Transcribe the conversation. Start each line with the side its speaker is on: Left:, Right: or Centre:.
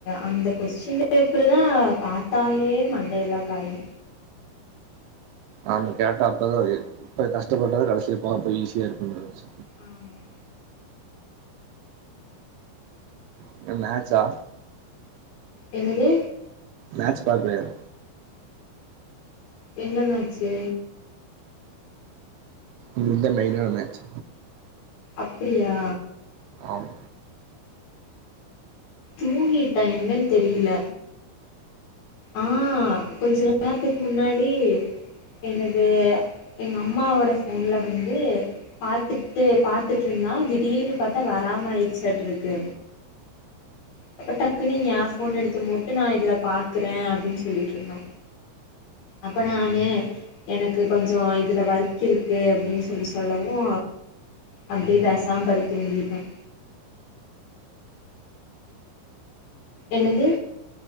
Left: அந்த கொஸ்டின் பேப்பருதா பாத்தாலே மண்டையெல்லா காயு
Right: ஆமா கேட்டா அப்பதா இப்ப கஷ்டப்பட்டாதா கடைசியில போம் அப்ப ஈஸியா இருக்குனுந்துச்சு
Left: ஆமா
Right: இங்க மேட்சா
Left: என்னது
Right: மேட்ச் பாக்கலையா
Left: என்ன மேச்சு
Right: இன்னைலுந்தா மெய்னான மேட்ச்
Left: அப்புடியா
Right: ஆம்
Left: தூங்கிட்ட என்னன்னு தெரியுல ஆ கொஞ்ச நேரத்துக்கு முன்னாடி என்னது எங்க அம்மாவோட ஃபோன்ல வந்து பாத்துட்டு பாத்துட்ர்ந்தா திடீர்னு பாத்தா வராமாயிருச்சாட்றுக்கு அப்ப டக்குனு ஏ ஃபோன் எடுத்து போட்டு நா இதுல பாக்குறே அப்டீன்னு சொல்லிட்ர்ந்தா அப்ப நானு எனக்கு கொஞ்சோ இதுல ஒர்க்கு இருக்கு அப்டீன்னு சொல்லி சொல்லவோ அப்டியே பேசாம படுத்தூங்கீட்ட என்னது